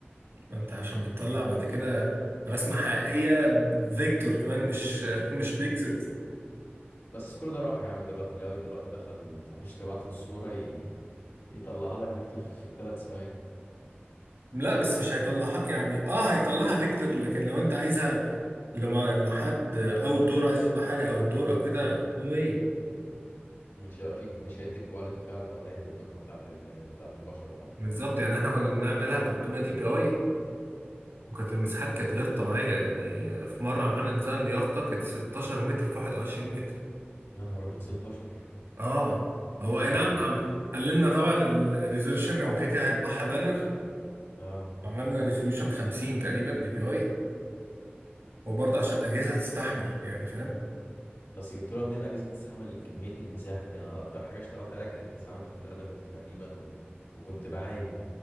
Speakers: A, on the right (about 70°); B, on the left (about 70°).
A: ما انت عشان بتطلع بعد كده رسمة حقيقية
B: بالظبط
A: فيكتور كمان مش <laughs> مش بيكسلز
B: بس كل ده راح يا عم دلوقتي الاي اي دلوقتي دخل تخش تبعت له الصوره ي... يطلعها لك فيكتور في ثلاث ثواني
A: لا بس مش هيطلعها يعني اه هيطلعها فيكتور لكن لو انت عايزها لما لحد او الدور عايز يطبع حاجة او الدور او كده نو واي
B: مش هيبقى فيك مش هيدي الكواليتي فعلا ولا هيدي الدقه بتاعت ال... بتاعت البشر لحد دلوقتي
A: بالظبط يعني احنا كنا بنعملها 300 دي بي اي وكانت المساحات كانت غير طبيعية يعني في مرة عملنا ديزاين ليافطة كانت 16 متر في 21 متر
B: يا نهار ابيض 16
A: اه هو اي نعم
B: دي جبت لها
A: عمل
B: جوه.
A: قللنا طبعا الريزولوشن هو كده كده هيطبعها بانر
B: اه
A: عملنا ريزولوشن 50 تقريبا دي بي اي وبرضه عشان الأجهزة تستحمل يعني فاهم
B: بس جبت لها منين اجهزه تستحمل الكميه المساحه دي انا اكتر حاجه اشتغلت عليها كانت 9 متر في 3 متر تقريبا و... وكنت بعاني